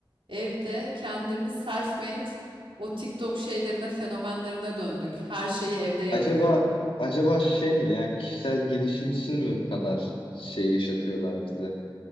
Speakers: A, on the right (about 80°); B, on the left (about 85°).
A: Evde kendimiz self-made o TikTok şeylerine, fenomenlerine döndük. Her şeyi evde yapıyorum.
B: Acaba acaba şey mi ya kişisel gelişim için mi bu kadar şey yaşatıyorlar bize? <laughs>